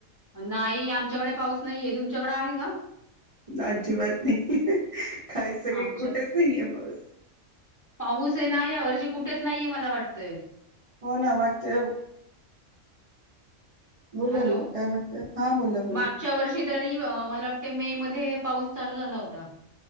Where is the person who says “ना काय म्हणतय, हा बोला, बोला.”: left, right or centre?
Right